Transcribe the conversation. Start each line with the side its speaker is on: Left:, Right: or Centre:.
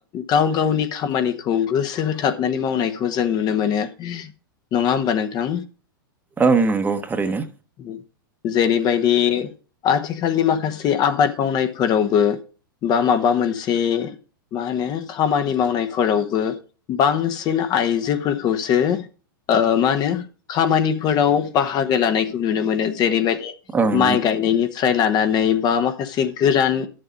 Left: गाव गावनि खामानिखौ गोसो होथाबनानै मावनायखौ जों नुनो मोनो। नङा होमबा नोंथां।
Right: औ नंगौ थारैनो।
Left: <inaudible> जेरैबायदि आथिखालनि माखासे आबाद मावनायफोरावबो बा माबा मोनसे मा होनो खामानि मावनायफोरावबो बांसिन आइजोफोरखौसो ओ मा होनो खामानिफोराव बाहागो लानायखौ नुनो मोनो जेरैबायदि
Right: ओं
Left: माइ गायनायनिफ्राय लानानै बा माखासे गोरान